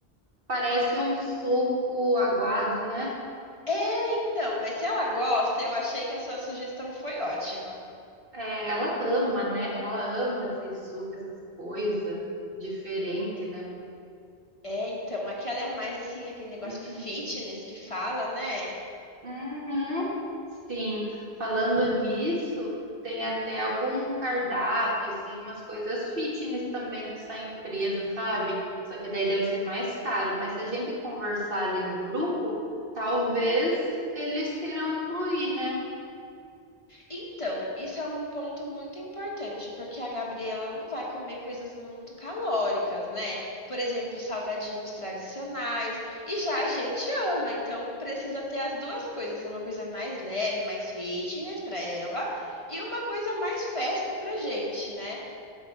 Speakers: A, on the right; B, on the left.
A: parece um suco aguado, né?
B: É, então, mas se ela gosta, eu achei que a sua sugestão foi ótima.
A: É, ela ama, né? Ela ama esse suco, essas coisas diferente, né?
B: É, então, aquela é mais assim, aquele negócio
A: <clears throat>
B: fitness que fala, né?
A: Uhum. Sim, falando nisso, tem até algum cardápio, assim, umas coisas fitness também nessa empresa, sabe? Só que daí deve ser mais caro, mas se a gente conversar ali no grupo, talvez eles queiram incluir, né?
B: Então, isso é um ponto muito importante, porque a Gabriela não vai comer coisas muito calóricas, né? Por exemplo, salgadinhos tradicionais, e já a gente ama, então precisa ter as duas coisas, uma coisa mais leve, mais fitness para ela, e uma coisa mais festa pra gente, né?